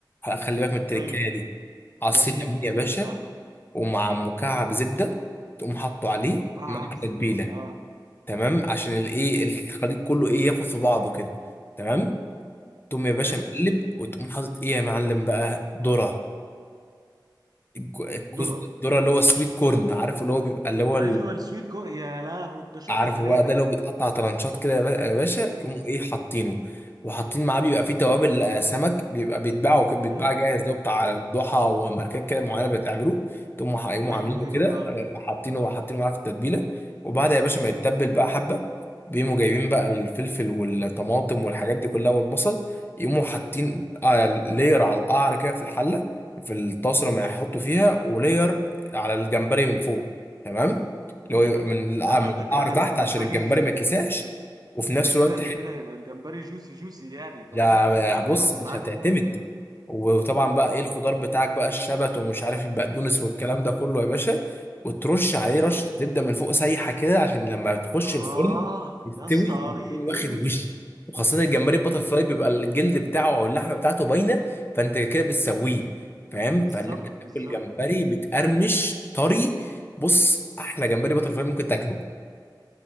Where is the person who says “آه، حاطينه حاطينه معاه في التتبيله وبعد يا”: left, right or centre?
Left